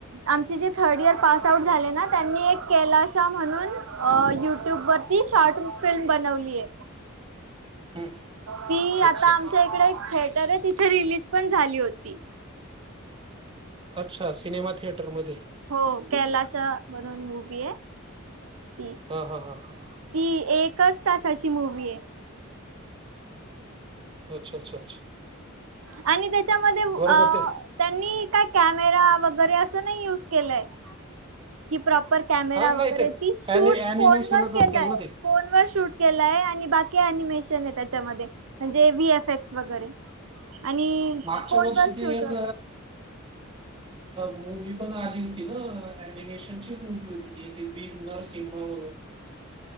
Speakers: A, on the right; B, on the right.
A: आमचे जे थर्ड इयर पास आउट झाले ना त्यांनी एक कैलाश म्हणून अ युट्यूब वरती शॉर्ट फिल्म बनवलीय.
B: <inaudible> हम्म,
A: ती
B: अच्छा
A: आता आमच्या इकडे एक थिएटर आहे तिथे रिलीज पण झाली होती.
B: अच्छा सिनेमा थिएटरमध्ये.
A: हो कैलाश म्हणून मूवी आहे. ती.
B: हां हां हां हां.
A: ती एकच तासाची मूवी आहे.
B: अच्छा, अच्छा, अच्छा.
A: आणि त्याच्यामध्ये
B: बरोबर
A: अ..
B: ते
A: त्यांनी काय कॅमेरा वगैरे असं नाही युज केलंय कि प्रॉपर कॅमेरा
B: हा नाही
A: वगैरे
B: ते
A: ती शूट
B: ॲनि ॲनिमेशनच
A: फोन वर केलंय
B: असेल ना ते
A: फोन वर शूट केलाय आणि बाकी अनिमेशन आहे त्याच्यामध्ये म्हणजे वि एफ एक्स वगैरे आणि
B: मागच्या
A: फोनवर
B: वर्षी
A: शूट
B: ते एक
A: वगैरे
B: मूवीही पण आली होती ना ऍनीमेशनचीच मुवी होती ति बी नरसिंहावरून